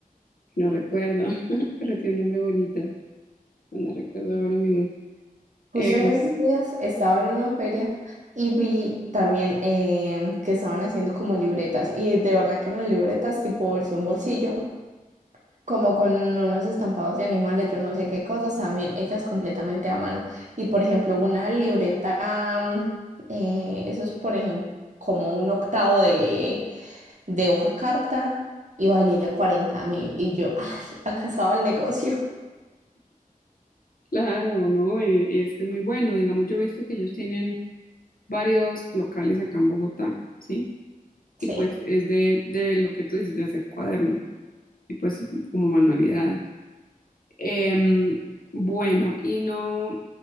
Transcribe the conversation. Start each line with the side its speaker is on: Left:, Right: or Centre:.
Left: No recuerdo, <laughs> pero tiene un nombre bonito, no recuerdo ahora mismo.
Right: Justo
Left: Em,
Right: en esos días estaba en una feria y vi también em, que estaban haciendo como libretas y de verdad que eran libretas tipo versión bolsillo como con unos estampados de animales, yo no sé qué cosas también, hechas completamente a mano. Y por ejemplo, una libreta, mm, eh, eso es por ejemplo como un octavo de, de hoja carta y valía cuarenta mil. Y yo, ay, <laughs> acá estaba el negocio.
Left: claro, ¿no? Y, y es que es muy bueno. Digamos, yo he visto que ellos tienen varios locales acá en Bogotá, ¿sí?
Right: Sí.
Left: y pues es de, de lo que tú dices, de hacer cuadernos y pues como manualidades. Em, bueno, y no,